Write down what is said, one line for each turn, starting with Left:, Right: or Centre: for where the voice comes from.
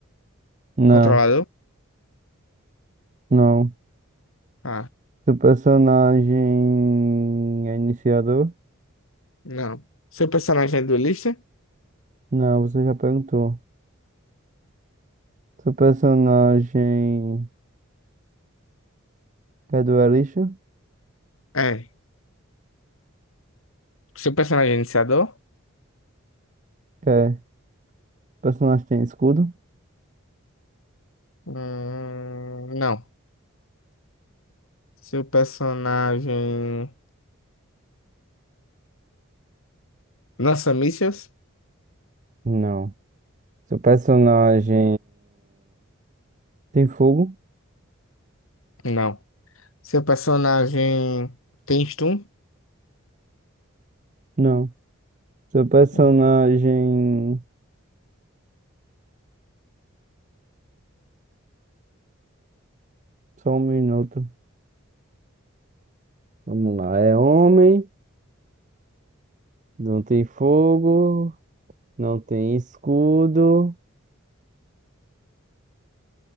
Right: Não,
Left: Controlador?
Right: não.
Left: Ah,
Right: Seu personagem é iniciador?
Left: não. Seu personagem é duelista?
Right: Não, você já perguntou. Seu personagem é duelista?
Left: É. Seu personagem é iniciador?
Right: É. Personagem tem escudo?
Left: Hum, não. Seu personagem lança mísseis?
Right: Não. Seu personagem tem fogo?
Left: Não. Seu personagem tem stun?
Right: Não. Seu personagem.
Left: Hum,
Right: Só um minuto. Vamos lá. É homem, não tem fogo, não tem escudo.